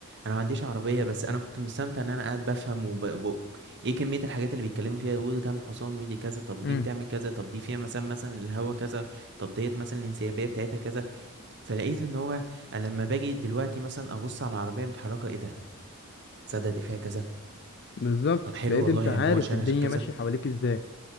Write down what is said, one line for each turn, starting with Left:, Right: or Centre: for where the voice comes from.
Right: انا ما عنديش عربيه بس انا كنت مستمتع ان انا قاعد بفهم وب... ب... ايه كميه الحاجات اللي بيتكلموا فيها ودي كام حصان ودي كذا طب ودي
Left: امم
Right: بتعمل كذا طب دي فيها مثلا مثلا الهوا كذا طب ديت مثلا الانسيابيه بتاعتها كذا فلقيت ان هو انا لما باجي دلوقتي مثلا ابص على العربيه متحركه ايه ده تصدق دي فيها كذا
Left: بالظبط
Right: طب حلو
Left: بقيت
Right: والله
Left: انت
Right: يعني
Left: عارف
Right: هو شارع
Left: الدنيا
Right: عشان كذا
Left: ماشية حواليك ازاي